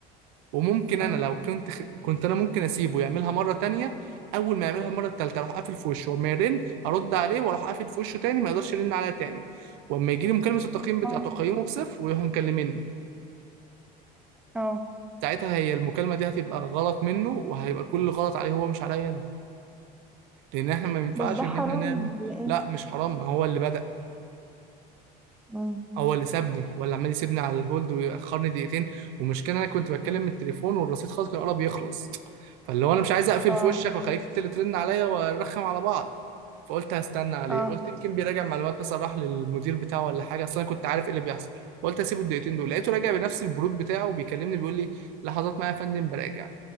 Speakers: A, on the right; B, in the centre.
A: وممكن
B: اه
A: انا لو كنت خ- كنت انا ممكن اسيبه يعملها مره تانية اول ما يعملها المره التالتة اروح قافل في وشه وما يرن هرد عليه واروح قافل في وشه تاني ما يقدرش يرن عليا تاني واما يجي لي مكالمه التقييم بتاع
B: آه.
A: تقييمه بصفر ويروح مكلمني
B: اه
A: ساعتها هي المكالمة دي هتبقى غلط منه وهيبقى كل غلط عليه هو مش عليا أنا لأن إحنا ما ينفعش
B: بس ده
A: إن
B: حرام
A: إحنا نعمل
B: ولا ايه
A: لا مش حرام ما هو اللي بدأ
B: مم.
A: هو اللي سابني هو اللي عمال يسيبني على الهولد ويأخرني دقيقتين والمشكلة أنا كنت بتكلم من التليفون والرصيد خلاص كان قرب يخلص فاللي هو أنا مش عايز أقفل
B: اه
A: في وشك وأخليك أنت اللي ترن عليا ونرخم على بعض فقلت هستنى عليه
B: اه
A: قلت يمكن بيراجع معلومات مثلا راح للمدير بتاعه ولا حاجه اصل انا كنت عارف ايه اللي بيحصل فقلت هسيبه الدقيقتين دول لقيته راجع بنفس البرود بتاعه بيكلمني بيقول لي لحظات معايا يا فندم براجع